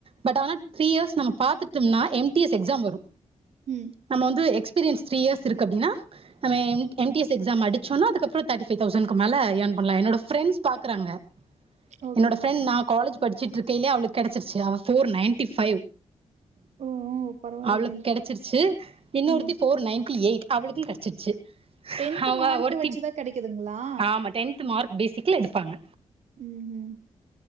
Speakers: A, on the right (about 50°); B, on the right (about 75°).
A: பட் ஆனா த்ரீ இயர்ஸ் நம்ம பாத்துட்டம்னா எம் டி எஸ் எக்ஸாம் வரு
B: ம்
A: நம்ம வந்து எக்ஸ் பீரியன்ஸ் த்ரீ இயர்ஸ் இருக்கு அப்டின்னா நம்ம M M T S exam அடிச்சோன்னா அதுக்கப்றோ தேட்டிை ஃபை தௌசண்க்கு மேல யேன் பண்லா என்னோட ஃப்ரெண்ட்ஸ் பாக்குறாங்க
B: ஓகே
A: என்னோட ஃப்ரெண்
B: ஓகே
A: நா காலேஜ் படிச்சுட் ட்ருக்கைய்லே அவளுக் கெடச்சிருச்சு அவ ஃபோர் நயன்ட்டி ஃபைவ்
B: ஓ ஓ பரவாயில்லை
A: அவளுக் கெடச்சிருச்சு இன்னொருத்தி
B: ம்
A: ஃபோர் நயன்டி எய்ட் அவளுக்கு கெடச்சிருச்சு
B: டென்த்து
A: அவ
B: மார்க்க
A: ஒருத்தி
B: வச்சுதா கெடைக்குதுங்ளா
A: ஆமா டென்த் மார்க் பேசிக்ல எடுப்பாங்க
B: ம் ம்